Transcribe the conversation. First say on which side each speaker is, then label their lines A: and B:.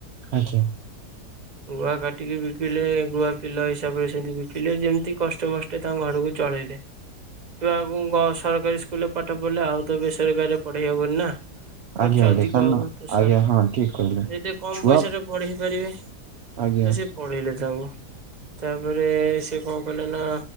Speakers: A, on the right; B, on the right.
A: ଆଜ୍ଞା।
B: ଗୁଆ କାଟିକି ବିକିଲେ ଗୁଆ କିଲୋ ହିସାବରେ ସେମିତି ବିକିଲେ। ଯେମତି କଷ୍ଟମଷ୍ଟ ତାଙ୍କ ଘର ବୁ ଚଳେଇଲେ। ଛୁଆଙ୍ଗୁ ଙ୍ଗ ସରକାରୀ ସ୍କୁଲରେ ପାଠ ପଢିଲେ ଆଉ ତ ବେସରକାରୀରେ ପଢେଇ ହବନି ନା। ଖର୍ଚ୍ଚ
A: ଆଜ୍ଞା ଆଜ୍ଞା
B: ଅଧିକ
A: କାନ
B: ହବ ତୁଷାର
A: ଆଜ୍ଞା ହଁ ଠିକ କହିଲେ।
B: ଯଦି କମ
A: ଛୁଆ
B: ପଇସା ପଢେଇ ପାରିବେ
A: ଆଜ୍ଞା
B: ତ ସେ ପଢେଇଲେ ତାକୁ। ତାପରେ ସେ କଣ କଲେ ନା